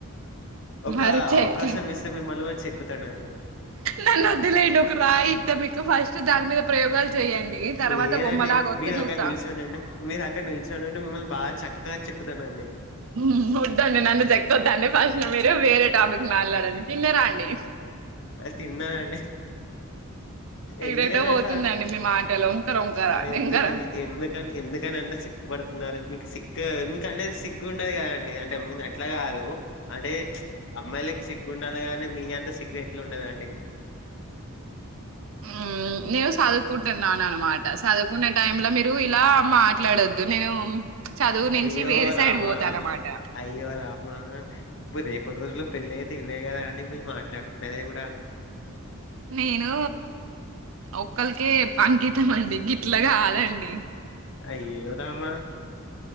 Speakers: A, on the left; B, on the right.
A: ఒక
B: మరి చెక్క
A: అవకాశం ఇస్తే మిమ్మల్ని కూడా చెక్ క్కుతానండి
B: నన్ను వద్దులేండి ఒక రాయి ఇత్తా మీకు ఫస్ట్ దాని మీద ప్రయోగాలు చేయండి తర్వాత
A: లేదండి
B: బొమ్మలాగా వస్తే
A: మీరు
B: చూస్తా
A: అక్కడ నిలిచోని ఉంటే మీరు అక్కడ నిలిచొని ఉండి మిమ్మల్ని బాగా చెక్ చక్కగా చెక్కుతానండి
B: హు ఒద్దాండి నన్ను చెక్కొందండి ఫస్ వేరే వే వేరే టాపిక్ మాట్లాడండి తిన్నరా అండి
A: తిన్నానండి ఎందుకని
B: ఎటెటో పోతుందండి
A: అట్లా
B: మీ మాటలు వంకర వంకర
A: ఆ
B: డెంకర
A: ఎందుకని ఎందుకని ఎందుకని అంత సి పడుతున్నారు మీకు సిగ్ కు మీకు అనేది సిగ్గు ఉండది కదండి ఎట్లా కాదు అంటే చ్ అమ్మాయిలకి సిగ్గుండాలిగానే మీయాంత సిగ్నట్లు ఉండదా అండి.
B: ఊ నేను చదువుకుంటున్నాను అనమాట చదువుకున్న టై లో మీరు ఇలా మాట్లాడొద్దు. నేను చదువు
A: అయ్యో
B: నుంచి వేరే
A: రామా
B: సైడ్ పోతా అన్నమాట
A: అయ్యో రామా ఇప్పు రేపటి రోజులో పెళ్ళ అయితే ఇవే కదా అని మాట్లాడుకునేది కూడా.
B: నేను ఒకరికి అంకితం అండి గి ఇట్లా కాదండి.
A: అయ్యో రామా